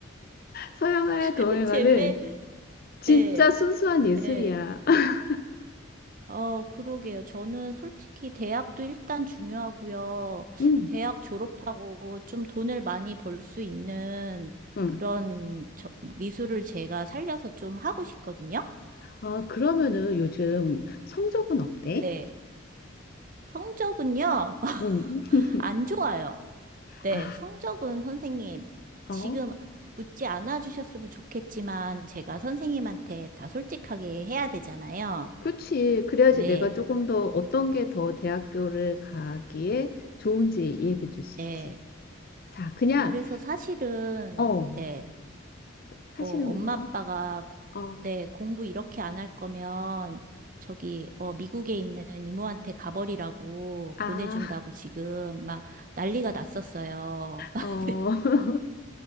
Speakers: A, on the left; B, on the right.
A: 서양화야
B: <laughs>
A: 동양화는
B: 제외?
A: 진짜
B: 네,
A: 순수한 예술이야.
B: 네.
A: <laughs>
B: 어, 그러게요. 저는 솔직히 대학도 일단 중요하고요.
A: 응,
B: 대학 졸업하고 좀 돈을 많이 벌 수 있는
A: 응.
B: 그런 저, 미술을 제가 살려서 좀 하고 싶거든요.
A: 아, 그러면은 요즘 성적은 어때?
B: 네. 성적은요, <laughs>
A: 응.
B: 안 좋아요. 네,
A: 아,
B: 성적은 선생님,
A: 어,
B: 지금 묻지 않아 주셨으면 좋겠지만, 제가 선생님한테 다 솔직하게 해야 되잖아요.
A: 그치. 그래야지
B: 네,
A: 내가 조금 더 어떤 게 더 대학교를 가기에 좋은지 얘기해 줄 수
B: 네.
A: 있지. 자, 그냥,
B: 그래서 사실은,
A: 어,
B: 네,
A: 사실은
B: 어, 엄마
A: 뭐,
B: 아빠가, 고-
A: 어,
B: 네, 공부 이렇게 안 할 거면, 저기, 어, 미국에 있는 이모한테 가버리라고
A: 아,
B: 보내준다고 지금 막 난리가 났었어요. <laughs>
A: 어, <laughs>